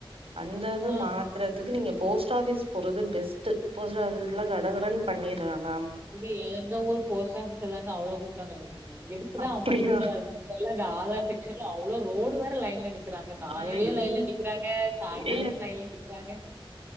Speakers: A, on the right; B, on the right.
A: அந்தது
B: போனா
A: மாத்திரத்துக்கு நீங்க போஸ்ட் ஆபீஸ் போட்றது பெஸ்ட்டு போஸ்ட் ஆபீஸ்ல கட கடன் பண்ணிறாங்க
B: இது எங்க ஊர் போஸ்ட் ஆஃபிஸ்ல தாங்க அவ்வளவு கூட்டம் கிடக்கு எக்குதான்
A: அப்படியா
B: அப்பட்டு கூட்டா வருதோ தெரியல இந்த ஆதார் செக்ஷன்ல அவ்வளோ ரோடு வேற லைன்ல நிக் நிக்கிறாங்க காலையிலயு
A: ஆ இங்க
B: லைன்ல நிக்கிறாங்க சாயங்காலமு
A: இல்ல
B: லைன்ல நிக்கிறாங்க